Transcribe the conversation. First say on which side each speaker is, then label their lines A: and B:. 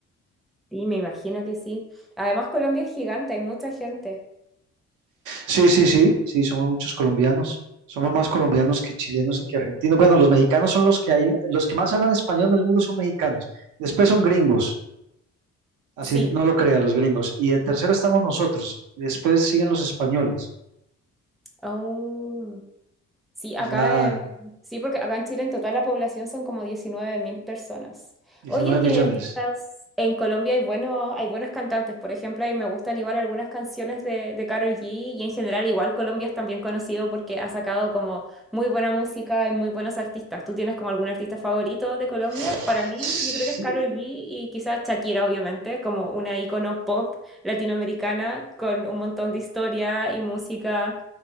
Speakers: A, in the centre; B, on the right.
A: Sí, me imagino que sí. Además, Colombia es gigante, hay mucha gente.
B: Sí, sí, sí, sí, somos muchos colombianos. Somos más colombianos que chilenos y que argentinos. Bueno, los mexicanos son los que hay, los que más hablan español del mundo son mexicanos. Después son gringos, así
A: Sí,
B: no lo crean los gringos. Y de tercero estamos nosotros. Y después siguen los españoles.
A: aún- sí,
B: y
A: acá
B: ya
A: en, sí, porque acá en Chile en total la población son como diecinueve mil personas.
B: 19
A: Oye, y
B: millones.
A: hay artistas en Colombia hay buenos, hay buenos cantantes, por ejemplo, y me gustan igual algunas canciones de, de Karol G y en general igual Colombia es también conocido porque ha sacado como muy buena música y muy buenos artistas. ¿Tú tienes como algún artista favorito de Colombia?
B: Sí,
A: Para mí, yo creo que es Karol G y quizás Shakira, obviamente, como una icono pop latinoamericana con un montón de historia y música.